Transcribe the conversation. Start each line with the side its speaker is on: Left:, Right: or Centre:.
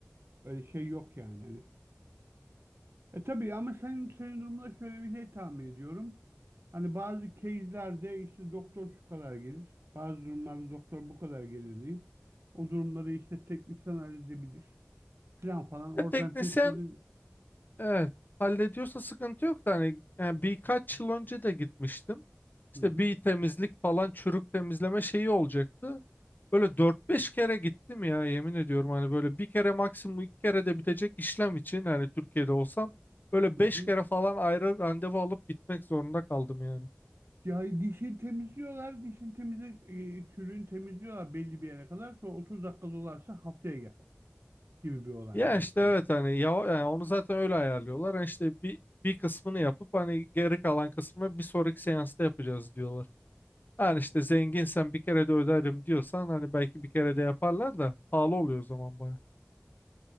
Right: Öyle şey yok yani. Hani E tabii ama senin, senin durumunda şöyle bir şey tahmin ediyorum. Hani bazı case'lerde işte doktor şu kadar gelir. Bazı durumlarda doktor bu kadar gelir deyip o durumları işte teknisyen halledebilir. Falan falan oradan
Left: E, teknisyen
Right: tespitin
Left: evet hallediyorsa sıkıntı yok da hani yani birkaç yıl önce de gitmiştim. İşte
Right: Hı hı
Left: bir temizlik falan çürük temizleme şeyi olacaktı. Böyle dört beş kere gittim ya yemin ediyorum hani böyle bir kere maksimum iki kere de bitecek işlem için hani Türkiye'de olsam böyle
Right: hı
Left: 5
Right: hı.
Left: kere falan ayrı randevu alıp gitmek zorunda kaldım yani.
Right: Ya dişi temizliyorlar. Dişin temizle e, çürüğünü temizliyorlar belli bir yere kadar. Sonra 30 dakika dolarsa haftaya gel gibi bir olay
Left: Ya
Right: mı
Left: işte
Right: yapıyorlar?
Left: evet hani yava- yani onu zaten öyle ayarlıyorlar. Hani işte bir bir kısmını yapıp hani geri kalan kısmını bir sonraki seansta yapacağız diyorlar. Yani işte zenginsen bir kere de öderim diyorsan hani belki bir kere de yaparlar da pahalı oluyor o zaman baya.